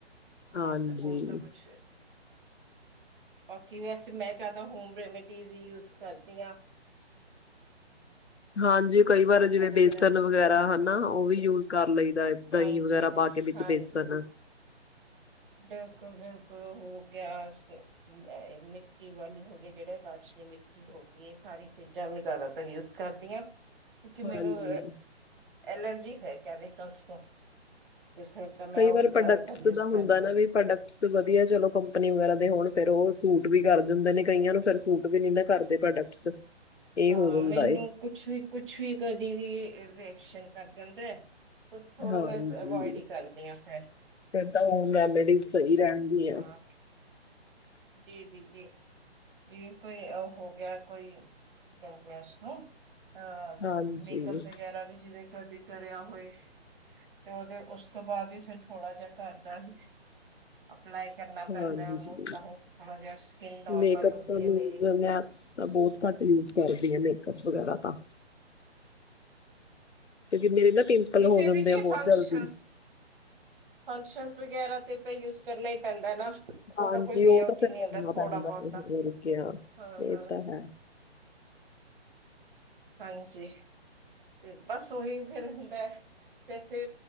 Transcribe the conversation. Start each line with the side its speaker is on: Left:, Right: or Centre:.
Left: ਹਾਂਜੀ
Right: ਇਸ ਹੋਰ ਤਾਂ ਕੁਛ ਬਾਕੀ ਵੈਸੇ ਮੈਂ ਚਾਹਦਾ ਹੋਮ ਰੈਮਡੀਜ਼ ਹੀ ਯੂਜ ਕਰਦੀ ਹਾਂ।
Left: ਹਾਂਜੀ
Right: ਕਿਉਂਕਿ ਮੇਰੀ
Left: ਕਈ ਵਾਰ
Right: ਬਹੁਤ
Left: ਜਿਵੇਂ
Right: ਜ਼ਿਆਦਾ
Left: ਬੇਸਨ
Right: ਐਲਰ
Left: ਵਗੈਰਾ ਹਨਾ
Right: ਅ
Left: ਉਹ ਵੀ ਯੂਜ ਕਰ ਲਈਦਾ ਹੈ।
Right: ਹਾਂਜੀ
Left: ਦਹੀਂ ਵਗੈਰਾ ਪਾ ਕੇ ਵਿੱਚ
Right: ਹਾਂਜੀ
Left: ਬੇਸਣ
Right: ਬਿਲਕੁਲ ਬਿਲਕੁਲ ਹੋ ਗਿਆਸ ਮਿੱਟੀ ਵਾਲੀ ਹੋ ਗਈ ਜਿਹੜਾ ਰਾਸ਼ਲੀ ਮਿੱਟੀ ਹੋ ਇਹ ਸਾਰੀ ਚੀਜ਼ਾਂ ਮੈਂ ਜ਼ਿਆਦਾਤਰ ਯੂਜ ਕਰਦੀ ਹਾਂ ਕਿਉਂਕਿ ਮੈਨੂੰ
Left: ਹਾਂਜੀ
Right: ਐਲਰਜੀ ਹੈ ਕੈਮੀਕਲਸ ਤੋਂ ਤੇ ਫਿਰ ਤਾਂ ਮੈਂ
Left: ਕਈ
Right: ਉਹੀ
Left: ਵਾਰ ਪ੍ਰੋਡਕਟਸ
Right: ਜਿਆਦਾਤਰ ਯੂਸ
Left: ਦਾ ਹੁੰਦਾ
Right: ਕਰ
Left: ਨਾ ਵੀ ਪ੍ਰੋਡਕਟਸ ਵਧੀਆ ਚਲੋ ਕੰਪਨੀ ਵਗੈਰਾ ਦੇ ਹੁਣ ਫੇਰ ਉਹ ਸੂਟ ਵੀ ਕਰ ਦਿੰਦੇ ਨੇ ਕਈਆਂ ਨੂੰ ਫਿਰ ਸੂਟ ਵੀ ਨਹੀਂ ਨਾ ਦਾ ਕਰਦੇ ਪ੍ਰੋਡਕਟਸ। ਇਹ
Right: ਹਾਂ
Left: ਹੋ ਜਾਂਦਾ
Right: ਮੈਨੂੰ
Left: ਏ
Right: ਕੁਛ ਵੀ ਕੁਛ ਵੀ ਕਦੀ ਵੀ ਰੀਐਕਸ਼ਨ ਕਰ ਦਿੰਦਾ। ਕੁਛ ਥੋੜ੍ਹਾ
Left: ਹਾਂਜੀ
Right: ਮੈਂ ਅਵੋਇਡ ਹੀ ਕਰਦੀ ਹਾਂ ਫੈਰ
Left: ਫਿਰ ਤਾਂ ਹੋਮ ਰੈਮਡੀ ਸਹੀ ਰਹਿਣਗ
Right: ਹਾਂ
Left: ਆ
Right: ਜੀ ਜੀ ਜੀ ਜ ਕੋਈ ਹੋ ਗਿਆ ਕੋਈ ਣ ਉਸ ਨੂੰ ਅਹ
Left: ਹਾਂਜੀ
Right: ਮੇਕਅਪ ਵਗੈਰਾ ਵੀ ਜਿਵੇਂ ਤੁਹਾਡੀ ਕਰਿਆ ਹੋਏ ਤੇ ਉਹਦੇ ਉਸ ਤੋਂ ਬਾਅਦ ਹੀ ਫਿਰ ਥੋੜਾ ਜਿਹਾ ਕਰਦਾ ਸੀ। ਅਪਲਾਈ ਕਰਨਾ ਪੈਂਦਾ
Left: ਹਾਂਜੀ
Right: ਉਹਨੂੰ ਤਾਂ ਹੀ ਜਿ ਸਕਿੰਨ ਨੋਰਮਲ
Left: ਮੇਕਅਪ
Right: ਹੁੰਦੀ
Left: ਤਾਂ ਮੀਨਜ਼
Right: ਹੈ ਮੇਰੀ।
Left: ਮੈਂ ਤਾਂ ਬਹੁਤ ਘੱਟ ਯੂਜ ਕਰਦੀ ਆ ਮੇਕਅੱਪ ਵਗੈਰਾ ਤਾਂ ਕਿਉਂਕਿ ਮੇਰੇ ਨਾ ਪਿੰਪਲ
Right: ਨ
Left: ਹੋ
Right: ਫ
Left: ਜਾਂਦੇ
Right: ਜ
Left: ਆ ਬਹੁਤ
Right: ਫੰਕਸ਼ਨ
Left: ਜਲਦੀ
Right: ਫੰਕਸ਼ਨ ਵਗੈਰਾ ਤੇ ਤਾਂ ਯੂਜ ਕਰਨਾ ਹੀ ਪੈਂਦਾ ਨਾ। ਉਹ
Left: ਹਾਂਜੀ
Right: ਤਾਂ ਕੋਈ ਵੇ
Left: ਉਹ
Right: ਆਊਟ
Left: ਤਾਂ ਫਿਰ
Right: ਹੀ ਨਹੀਂ
Left: ਕਰਨਾ
Right: ਹੁੰਦਾ ਥੋੜਾ
Left: ਪੈਂਦਾ
Right: ਬਹੁਤਾ
Left: ਨਹੀਂ ਮਰ ਗਿਆ
Right: ਹਾਂ
Left: ਇਹ
Right: ਹਾਂ
Left: ਤਾਂ ਹੈ।
Right: ਹਾਂਜੀ ਤੇ ਬਸ ਉਹੀ ਫੇਰ ਹੁੰਦਾ। ਵੈਸੇ